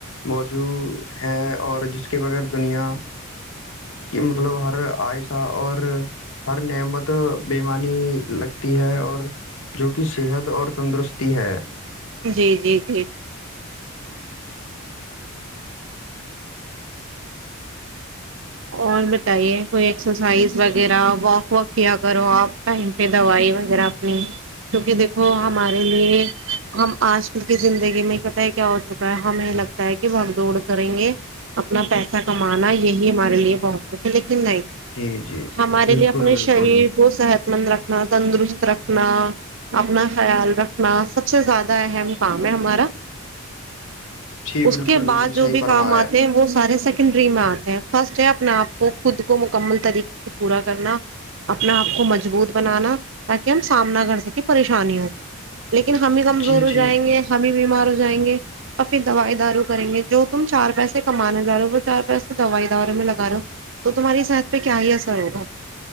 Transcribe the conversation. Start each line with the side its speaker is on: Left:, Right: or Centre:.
Left: موجو ہے اور جس کے بغیر دنیا کہ مطلب ہر آہستہ اور ہر نعمت بیےمانی لگتی ہے اور جو کہ صحت اور تندرستی ہے
Right: جی جی جی جی اور بتائیے کوئی ایکسرسائز وغیرہ واک واک کیا کرو آپ ٹائم پہ دوائی وغیرہ اپنی کیونکہ وہ ہمارے لیے ہم آج کل کی زندگی میں ہی پت ہے کیا ہو چکا ہے ہمیں لگتا ہے کہ وہڑ دوڑ کریں گے اپنا پیسہ اا کمانا یہی لیے بہت لیکن نہیں
Left: جی جی
Right: ہمارے
Left: بالکل
Right: لیے اپنے
Left: بالکل
Right: شریر کو صحت مند رکھنا تندرست رکھنا اپنا خیال رکھنا سب سے زیادہ اہم کام ہے ہمارا
Left: جی بالکل
Right: اس کے بعد
Left: بالکل
Right: جو
Left: صحیح
Right: بھی
Left: فرمایا
Right: کام آتے
Left: ہے
Right: ہیں وہ سارے س نڈری میں آتے ہیں فرسٹ ہے اپنا آپ کو خود کو مکمل طریقے سے پورا کرنا اپنا آپ کو مضبوط بنانا تاکہ ہم سامنا کر سکیں پریشانی ہو جائے لیکن ہم بھی کمزور
Left: جی
Right: ہو
Left: جی
Right: جائیں گے ہم بھی بیمار ہو جائیں گے اور پھر دوائی دارو کریں گے جو تم چار پیسے کمانا چاہ رہے ہو وہ چار پیسے دوائی دورے میں لگا رہا ہو تو تمہاری صحت پہ کیا ہی اثر ہوگا